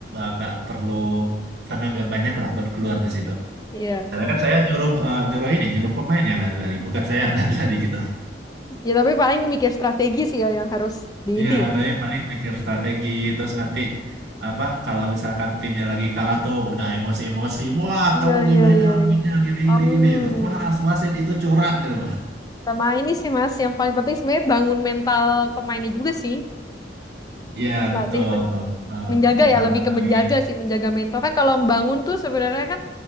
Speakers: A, on the right (about 60°); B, on the left (about 20°).
A: nggak perlu tenaga banyak lah buat keluar di situ.
B: iya.
A: Karena kan saya nyuruh eh, nyuruh ini nyuruh pemain yang lari-lari bukan saya yang <laughs> lari-lari gitu.
B: Ya tapi paling mikir strategi sih ya yang harus di
A: Iya,
B: ini ya.
A: tapi paling mikir strategi terus nanti apa kalau misalkan timnya lagi kalah tuh udah emosi-emosi, wah
B: Iya,
A: kamu gimana
B: iya, iya,
A: dengan
B: iya.
A: begini gini
B: Hmm.
A: gini gini gitu. Wah, wasit itu curang gitu.
B: Sama ini sih Mas, yang paling penting sebenarnya bangun mental pemainnya juga sih.
A: Ya
B: sama Pelatih
A: betul
B: itu.
A: Bang. Eh,
B: menjaga
A: mental
B: ya lebih
A: pemain.
B: ke menjaga sih menjaga mental kan kalau membangun tuh sebenarnya kan